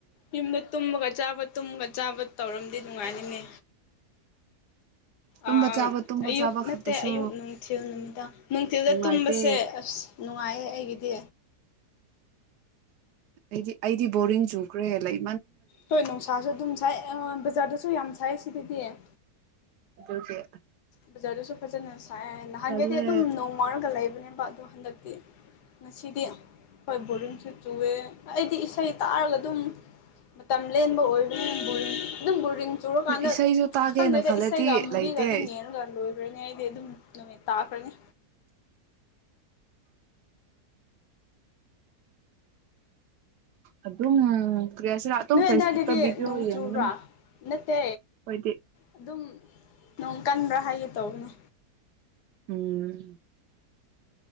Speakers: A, on the left; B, on the right.
A: ꯌꯨꯝꯗ ꯇꯨꯝꯃꯒ ꯆꯥꯕ ꯇꯨꯝꯃꯒ ꯆꯥꯕ ꯇꯧꯔꯝꯗꯤ ꯅꯨꯡꯉꯥꯏꯅꯤꯡꯉ
B: ꯇꯨꯝꯕ
A: ꯑꯁ
B: ꯆꯥꯕ ꯇꯨꯝꯕ
A: <inaudible> ꯑꯌꯨꯛ
B: ꯆꯥꯕ
A: ꯅꯠꯇꯦ
B: ꯈꯛꯇꯁꯨ
A: ꯑꯌꯨꯛ ꯅꯨꯡꯊꯤꯜ ꯅꯨꯃꯤꯗꯥꯡ ꯅꯨꯡꯊꯤꯜꯗ
B: ꯅꯨꯡꯉꯥꯏꯇꯦ
A: ꯇꯨꯝꯕꯁꯦ ꯑꯁ ꯅꯨꯡꯉꯥꯏ ꯃꯥꯏꯌꯦ ꯑꯩꯒꯤꯗꯤ
B: ꯑꯩꯗꯤ ꯑꯩꯗꯤ ꯕꯣꯔꯤꯡ ꯆꯨꯈ꯭ꯔꯦ ꯂꯩ
A: ꯍꯣꯏ ꯅꯨꯡꯁꯥꯁꯨ ꯑꯗꯨꯝ ꯁꯥꯏ ꯕꯖꯥꯔꯗꯁꯨ ꯌꯥꯝ ꯁꯥꯏ ꯁꯤꯗꯗꯤ
B: ꯑꯗꯨꯒꯤ
A: ꯕꯖꯥꯔꯗꯁꯨ ꯐꯖꯅ ꯁꯥꯏ ꯅꯍꯥꯟꯒꯩꯗꯤ
B: ꯇꯜꯂꯦ
A: ꯑꯗꯨꯝ ꯅꯣꯡ ꯃꯥꯥꯎꯔꯒ ꯂꯩꯕꯅꯦꯕ ꯑꯗꯣ ꯍꯟꯗꯛꯇꯤ ꯉꯁꯤꯗꯤ ꯍꯣꯏ ꯕꯣꯔꯤꯡꯁꯨꯦ ꯆꯨꯑꯦ ꯑꯩꯗꯤ ꯏꯁꯩ ꯇꯥꯔꯒ ꯑꯗꯨꯝ ꯃꯇꯝ ꯂꯦꯟꯕ ꯑꯣꯏꯕꯅꯤꯅ ꯕꯨꯔꯤꯡ ꯑꯗꯨꯝ ꯕꯨꯔꯤꯡ ꯆꯨꯔꯀꯥꯟꯗ
B: ꯏꯁꯩꯁꯨ ꯇꯥꯒꯦꯅ
A: ꯈꯪꯗꯦ
B: ꯈꯜꯂꯗꯤ
A: ꯏꯁꯩꯦ ꯀꯝꯃꯕꯤ
B: ꯂꯩꯇꯦ
A: ꯀ ꯑꯗꯨꯝ ꯌꯦꯒ ꯂꯣꯏꯈ꯭ꯔꯅꯤ ꯑꯩꯗꯤ ꯑꯗꯨꯝ ꯅꯨꯃꯤꯠ ꯇꯥꯈ꯭ꯔꯅꯤ
B: ꯑꯗꯨꯝ ꯀꯔꯤ ꯍꯥꯏꯁꯤꯔꯥ ꯑꯗꯨꯝ
A: ꯅꯣꯏ
B: ꯐꯦꯁꯕꯨꯛꯇ
A: ꯑꯗꯨꯗꯥꯋꯥꯏꯒꯤꯗꯤ
B: ꯚꯤꯗꯤꯑꯣ
A: ꯅꯣꯡ
B: ꯌꯦꯡꯕꯅꯦ
A: ꯆꯨꯕ꯭ꯔꯥ ꯅꯠꯇꯦ
B: ꯑꯩꯈꯣꯏꯗꯤ
A: ꯑꯗꯨꯝ ꯅꯣꯡ ꯀꯟꯕ꯭ꯔꯥ ꯍꯥꯏꯒꯦ ꯇꯧꯕꯅꯦ
B: ꯎꯝ